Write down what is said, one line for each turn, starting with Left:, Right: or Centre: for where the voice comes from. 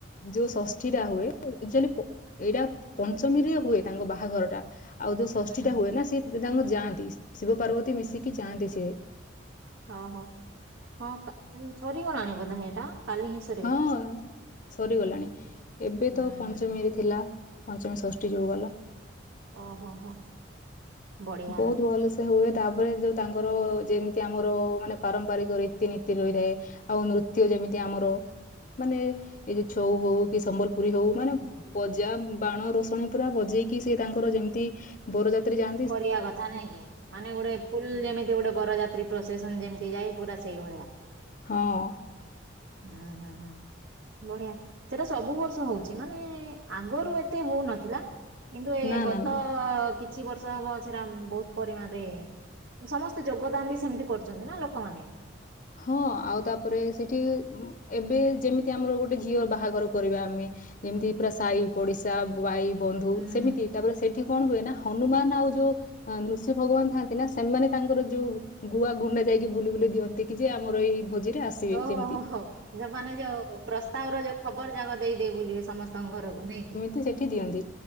Left: ଯୋଉ ଷଷ୍ଠୀଟା ହୁଏ ଉ ଆକ୍ଚୁଏଲି ପ ଏଇଟା ପଞ୍ଚମୀରେ ହୁଏ ତାଙ୍କ ବାହାଘରଟା ଆଉ ଯୋଉ
Right: ହୁଁ
Left: ଷଷ୍ଠୀଟା
Right: ହୁଁ
Left: ହୁଏ ନା ସିଏ ଏବେ ତାଙ୍କୁ ଯାଆନ୍ତି ଶିବ ପାର୍ବତୀ ମିଶିକି ଯାଆନ୍ତି ସିଏ।
Right: ହଉ ହଉ ହଁ କା ଉଁ ସରିଗଲାଣ ବୋଧେ ହେଇଟାଁ କାଲି ହିଁ ସ
Left: ହଁ ସରିଗଲାଣି ଏବେ
Right: ହୁଁ
Left: ତ ପଞ୍ଚମୀରେ
Right: ହୁଁ ହୁଁ
Left: ଥିଲା। ପଞ୍ଚମୀ ଷଷ୍ଠୀ ଯୋଉ ଗଲା।
Right: ଓହୋ ହୋ। ବଢ଼ିଆ
Left: ବୋହୁତ ଭଲ ସ୍ ସେ ହୁଏ ତାପରେ ଯୋଉ ତାଙ୍କର ଯେମିତି ଆମର ମାନେ ପାରମ୍ପରିକ ରୀତିନୀତି ରହିଥାଏ ଆଉ ନୃତ୍ୟ ଯେମିତି ଆମର ମାନେ ଏଇ ଯୋଉ ଛଉ ହଉ କି ସମ୍ବଲପୁରୀ ହଉ ମାନେ ବଜା ଉଁ ଉଁ ବାଣ ରୋଷଣୀ ପୁରା ବଜେଇକି ସିଏ ତାଙ୍କର ଯେମତି ବରଯାତ୍ରୀ ଯାଆ
Right: କରିଆ କଥା ନାଇଁ କି ମାନେ ଗୋଟେ ଫୁଲ୍ ଯେମି ତି ଗୋଟେ ବରଯାତ୍ରୀ ପ୍ରଶେସନ୍ ଯେମତି ଯାଏ ପୁରା ସେଇ ଭଳିଆ।
Left: ହଁ।
Right: ହୁଁ ହୁଁ ହୁଁ ହୁଁ। ବଢିଆ ସେଟା ସବୁ ବର୍ଷ ହଉଚି ମାନେ ଆଗରୁ ଏତେ ହଉନଥିଲା। କିନ୍ତୁ ଏ
Left: ନା
Right: ଗତ
Left: ନା ନା
Right: କିଛି ବର୍ଷ ହବ ସେରା ଉଁ ବୋହୁତ ପରିମାଣରେ ଉଁ ସମସ୍ତେ ଯୋଗଦାନ ବି ସେମିତି କରୁଛନ୍ତି ନା ଲୋକମାନେ।
Left: ହଁ ଆଉ ତାପରେ ସେଠି ଉଁ ଏବେ ଯେମିତି ଆମର ଗୋଟେ ଝିଅ ବାହାଘର କରିବା ଆମେ ଯେମତି ପୁରା ସାଇ ପଡିଶା ବ ଭାଇ ବନ୍ଧୁ
Right: ହୁଁ
Left: ସେମିତି ତାପରେ ସେଠି କଣ ହୁଏ ନା ହନୁମାନ ଆଉ ଯୋଉ ଆଁ ନୃସିିଂହ ଭଗବାନ ଥାଆନ୍ତି ନା ସେମାନେ ତାଙ୍କର ଯୋଉ ଗୁଆ ଗୁଣ୍ଡା ଯାଇକି ବୁଲି ବୁଲି ଦିଅନ୍ତି। କି ଯେ ଆମର ଏଇ ଭୋଜିରେ ଆସିବେ
Right: ଓହୋ
Left: ଯେମତି।
Right: ହୋ ହୋ ଯୋଉ ମାନେ ଯୋଉ ପ୍ରସ୍ତାବର ଯୋଉ ଖବର ଯାକ ଦେଇ ଦେଇ ବୁଲିବେ ସମସ୍ତଙ୍କ ଘରକୁ ନାଇଁ କିି।
Left: କୁ ସେଠି ଦିଅନ୍ତି